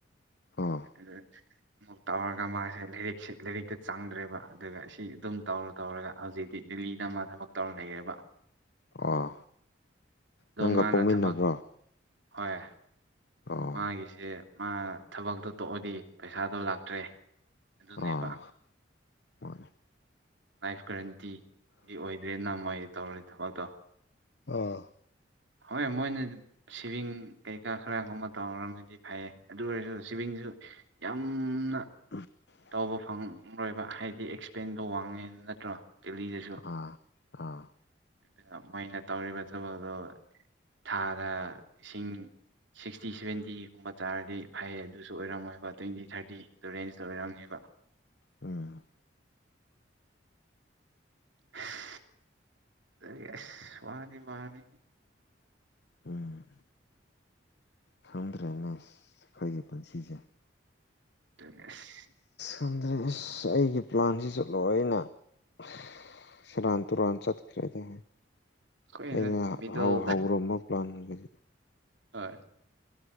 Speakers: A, on the left; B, on the right.
A: ꯑꯥ
B: <unintelligible> ꯃꯨꯛ ꯇꯧꯔꯒ ꯃꯥꯁꯦ ꯂꯥꯏꯔꯤꯛꯁꯤ ꯂꯥꯏꯔꯤꯛꯀ ꯆꯪꯗ꯭ꯔꯦꯕ ꯑꯗꯨꯅ ꯁꯤ ꯑꯗꯨꯝ ꯇꯧꯔ ꯇꯧꯔꯒ ꯍꯧꯖꯤꯛꯇꯤ ꯗꯤꯜꯂꯤꯗ ꯃꯥ ꯊꯕꯛ ꯇꯧꯔ ꯂꯩꯔꯦꯕꯥ
A: ꯑꯣ ꯅꯪꯒ
B: ꯃꯥꯅ
A: ꯄꯣꯛꯃꯤꯟꯅꯕ꯭ꯔꯣ
B: ꯊꯕꯛ ꯍꯣꯏ
A: ꯑꯣ
B: ꯃꯥꯒꯤꯁꯦ ꯃꯥ ꯊꯕꯛꯇꯣ ꯇꯣꯛꯑꯗꯤ ꯄꯩꯁꯥꯗꯣ ꯂꯥꯛꯇ꯭ꯔꯦ ꯑꯗꯨꯅꯦꯕꯥ
A: ꯑꯥ ꯃꯥꯅꯦ
B: ꯂꯥꯏꯐ ꯒꯔꯦꯟꯇꯤ ꯗꯤ ꯑꯣꯏꯗꯦꯅ ꯃꯣꯏ ꯇꯧꯔꯤ ꯊꯕꯛꯇꯣ
A: ꯑꯥ
B: ꯍꯣꯏ ꯃꯣꯏꯅ ꯁꯤꯚꯤꯡ ꯀꯩꯀꯥ ꯈꯔꯒꯨꯝꯕ ꯇꯧꯔꯝꯃꯗꯤ ꯐꯩꯌꯦ ꯑꯗꯨ ꯑꯣꯏꯔꯁꯨ ꯁꯤꯚꯤꯡ <unintelligible> ꯌꯥꯝꯅ
A: <unintelligible>
B: ꯇꯧꯕ ꯐꯪꯔꯣꯏꯕ ꯍꯥꯏꯗꯤ ꯑꯦꯁꯄꯦꯟꯗꯣ ꯋꯥꯡꯉꯦ ꯅꯠꯇ꯭ꯔ ꯗꯦꯜꯂꯤꯗꯁꯨ
A: ꯑꯥ ꯑꯥ
B: <unintelligible> ꯃꯣꯏꯅ ꯇꯧꯔꯤꯕ ꯊꯕꯛꯇꯣ ꯊꯥꯗ ꯏꯁꯤꯡ ꯁꯤꯛꯁꯇꯤ ꯁꯚꯦꯟꯇꯤꯒꯨꯝꯕ ꯆꯥꯔꯗꯤ ꯐꯩꯌꯦ ꯑꯗꯨꯁꯨ ꯑꯣꯏꯔꯝꯃꯣꯏꯕ ꯇ꯭ꯨꯋꯦꯇꯤ ꯊꯥꯔꯇꯤ ꯔꯦꯟꯖꯇ ꯑꯣꯏꯔꯝꯅꯦꯕ <unintelligible>
A: ꯎꯝ
B: <unintelligible> ꯑꯁ ꯀꯩꯒꯤ ꯑꯁ ꯋꯥꯒꯤ ꯋꯥꯅꯤ
A: ꯎꯝ ꯈꯪꯗ꯭ꯔꯦꯅꯦ ꯑꯈꯣꯏꯒꯤ ꯄꯨꯟꯁꯤꯁꯦ
B: ꯗꯨꯅꯦ ꯑꯁ
A: ꯈꯪꯗ꯭ꯔꯦ ꯑꯁ ꯑꯩꯒꯤ ꯄ꯭ꯂꯥꯟꯖꯤꯁꯨ ꯂꯣꯏꯅ <unintelligible> ꯁꯦꯔꯥꯟ ꯇꯨꯔꯥꯟ ꯆꯠꯈ꯭ꯔꯅꯦ
B: ꯑꯩꯈꯣꯏꯅ
A: ꯑꯩꯅ
B: ꯃꯤꯗꯜ
A: ꯍꯧ ꯍꯧꯔꯝꯕ ꯄ꯭ꯂꯥꯟꯒꯩ
B: ꯑꯥꯏ